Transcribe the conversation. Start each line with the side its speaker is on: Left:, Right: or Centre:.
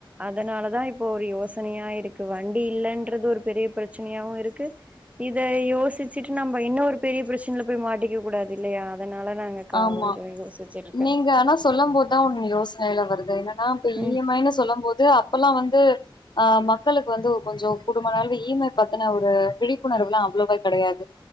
Right: அதனாலதா இப் போ ஒரு யோசனையா இருக்கு வண்டி இல்லன்றது ஒரு பெரிய பிரச்சனயாவு இருக்கு இத யோசிச்சுட்டு நம்ம இன்னு ஒரு பெரிய பிரச்சனைல போய் மாட்டிக்க கூடாது இல்லையா அதனால நாங்க கா
Left: ஆமா
Right: கொஞ்சோ யோசிச்சிருக்கே
Left: நீங்க ஆனா சொல்லம் போது எதோ ஒன்னு யோஸ்னைல வருது என்னன்னா இப்ப
Right: ம்
Left: இ எம் ஐ ன்னு சொல்லம் போது அப்பெல்லா வந்து ஆ மக்களுக்கு வந்து கொஞ்சோ குடும்ப நலவு இ எம் ஐ பத்துன ஒரு விழிப்புணர்வுல்லா அவ்ளவா கெடையாது